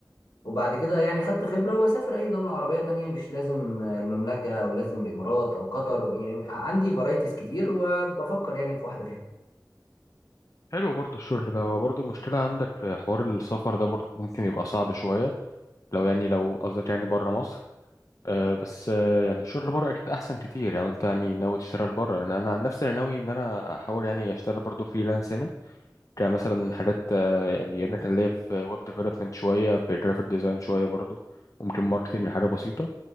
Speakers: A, on the left; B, on the left.
A: وبعد كده يعني خدت خبرة واسافر اي دولة عربية تانية مش لازم المملكة او لازم الامارات او قطر يعني عندي فرايتيز كتير وبفكر يعني في واحدة فيهم
B: حلو برضو الشغل ده هو برضو مشكلة عندك في حوار السفر ده برضو ممكن يبقى صعب شوية لو يعني لو قصدك يعني بره مصر أه بس أه يعني الشغل بره اكيد احسن كتير لو انت يعني ناوي تشتغل بره يعني انا عن نفسي انا ناوي ان انا احاول يعني اشتغل برضو فريلانس هنا كان مثلا حاجات أه يعني انا كان ليا في ويب ديفلوبمنت شويه في جرافيك ديزاين شويه برضو وممكن ماركتنج حاجه بسيطه